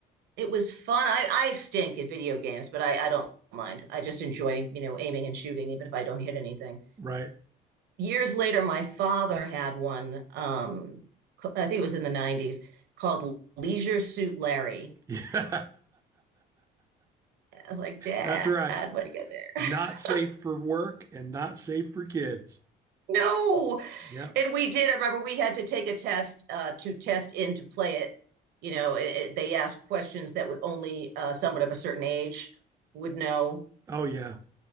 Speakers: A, on the right; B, on the right.
A: it was fun. I, I stink at video games, but I, I don't mind. I just enjoy, you know, aiming and shooting, even if I don't hit anything.
B: Right.
A: Years later, my father had one. Um, c- I think it was in the 90s called Leisure Suit Larry.
B: <laughs> Yeah.
A: I was like, Dad,
B: That's right.
A: what do you get there?
B: Not
A: <laughs>
B: safe for work and not safe for kids.
A: No.
B: Yep.
A: And we did. I remember we had to take a test uh, to test in to play it. You know, it, it- they asked questions that would only uh, someone of a certain age would know.
B: Oh yeah.